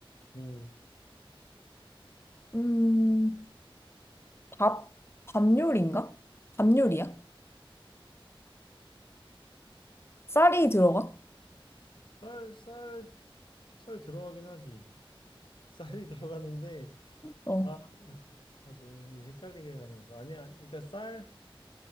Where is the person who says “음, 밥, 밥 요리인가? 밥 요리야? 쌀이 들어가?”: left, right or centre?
Left